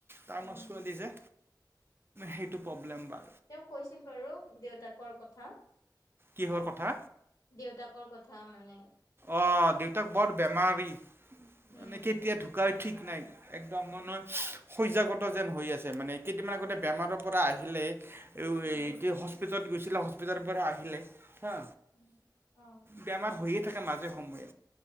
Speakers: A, on the right; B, on the left.
A: তাৰ
B: উম
A: মা ছোৱালী যে সেইটো প্ৰব্লেম বা
B: তেওঁ কৈছিল বাৰু দেউতাকৰ কথা
A: কিহৰ কথা
B: দেউতাকৰ কথা মানে
A: অ দেউতাক বৰ বে বেমাৰি
B: উম
A: মানে কেতিয়া ঢুকাই ঠিক মে একদম মানুহ শ্যাগত যেন হৈ আছে মানে কেইদিনান আগতে বেমাৰৰ পৰা আহিলেই এই
B: উম
A: এই কি হস্পিটলত গৈছে হস্পিটাল পৰা আহিলে হা
B: উম অ
A: বেমাৰ হৈয়ে থাকে মাজে সময়